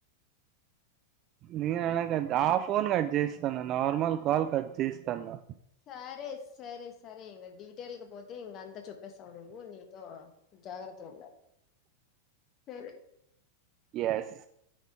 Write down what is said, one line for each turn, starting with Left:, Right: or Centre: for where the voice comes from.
Right: నేను అలా ఆ ఫోన్ కట్ జేస్తున్నా నార్మల్ కాల్ కట్ జేస్తున్నా
Left: సరే సరే సరే ఎవండీ టేల్ క పోతే ఇంకంతా చెప్పేస్తావు నువ్వు నీతో జాగ్రత్తగా ఉండాలి సరే
Right: ఎస్